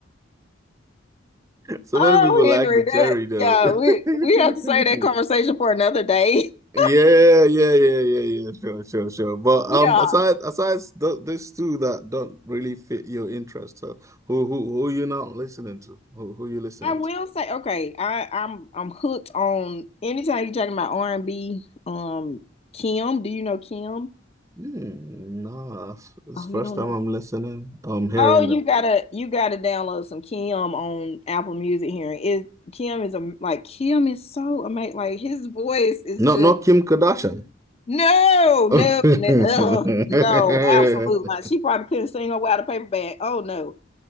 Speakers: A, on the left; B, on the right.
A: <laughs>
B: So
A: oh,
B: many people like
A: Henry,
B: the cherry
A: that
B: though.
A: yeah,
B: <laughs>
A: we we have to save that conversation for another day. <laughs>
B: Yeah, yeah, yeah, yeah, yeah. Sure, sure, sure. But
A: Yeah,
B: um, aside aside th these two that don't really fit your interest, so who who who you not listening to? Who who you listening
A: I will
B: to?
A: say okay. I I'm I'm hooked on anytime you're talking about R and B. Um, Kim, do you know Kim?
B: Hmm, nah, it's it's
A: Oh,
B: first
A: you don't
B: time
A: know.
B: I'm listening. I'm hearing
A: Oh, you
B: that.
A: gotta you gotta download some Kim on Apple Music here. It Kim is a like Kim is so amazing. Like his voice is just
B: No, not Kim Kardashian.
A: no
B: <laughs>
A: no no ugh, no absolutely not. She probably couldn't sing her way out of paper bag. Oh no,